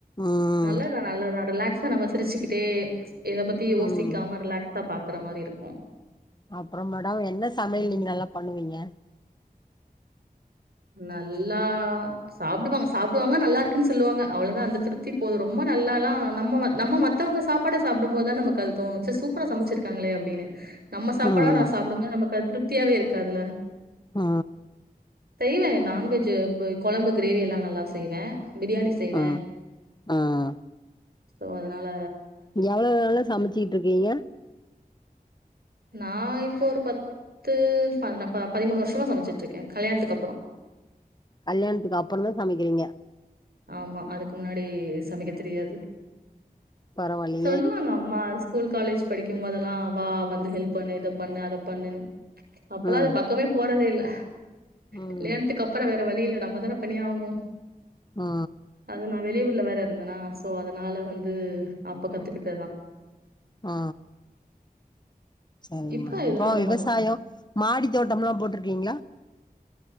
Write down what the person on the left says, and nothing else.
ம்
ம்
அப்புறோ மேடம் என்ன சமையல்
நீங்க நல்லா பண்ணுவீங்க
ம்
ஆ
ம் ம்
எவுளோ நாளா சமச்சிட்டிருக்கீங்க
கல்யாணத்துக் அப்புறந்தா சமைக்கிறீங்க
பரவாயில்லையே
ம்
ம்
ஆ
ஆ சரிங்க
மேடம்
அப்புறோ விவசாயோ
மாடி தோட்டம்லா போட்ருக்கீங்ளா